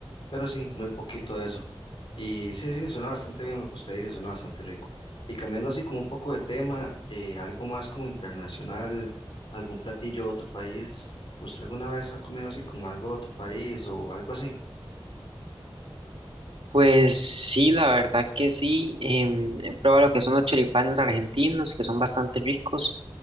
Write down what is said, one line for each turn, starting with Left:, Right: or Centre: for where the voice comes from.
Left: pero sí, muy poquito de eso. Y sí, sí, suena bastante bien lo que usted dice, suena bastante rico. Y cambiando así como un poco de tema, eh, algo más como internacional, algún platillo de otro país, ¿usted alguna vez ha comido así como algo de otro país o algo así?
Right: Pues sí, la verdad que sí, em, he probado lo que son los choripanes argentinos, que son bastante ricos.